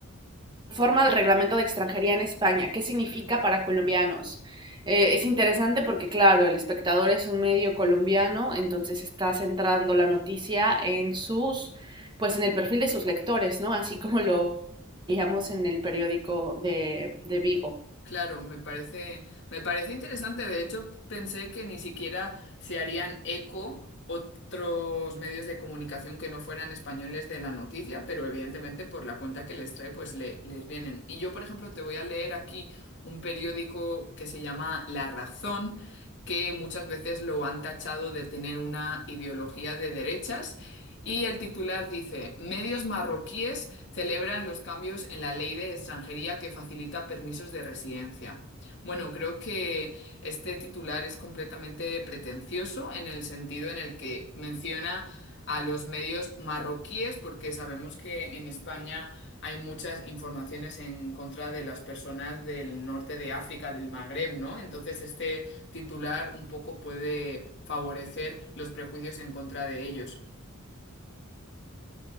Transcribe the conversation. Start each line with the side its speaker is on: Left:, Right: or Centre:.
Right: forma del reglamento de extranjería en España, ¿qué significa para colombianos? Eh, es interesante porque, claro, el espectador es un medio colombiano, entonces está centrando la noticia en sus, pues en el perfil de sus lectores, ¿no? Así como lo veíamos en el periódico de, de Vigo.
Left: Claro, me parece, me parece interesante. De hecho, pensé que ni siquiera se harían eco otros medios de comunicación que no fueran españoles de la noticia, pero evidentemente por la cuenta que les trae, pues le- les vienen. Y yo, por ejemplo, te voy a leer aquí un periódico que se llama La Razón, que muchas veces lo han tachado de tener una ideología de derechas. Y el titular dice, medios marroquíes celebran los cambios en la ley de extranjería que facilita permisos de residencia. Bueno, creo que este titular es completamente pretencioso en el sentido en el que menciona a los medios marroquíes, porque sabemos que en España hay muchas informaciones en contra de las personas del norte de África, del Magreb, ¿no? Entonces este titular un poco puede favorecer los prejuicios en contra de ellos.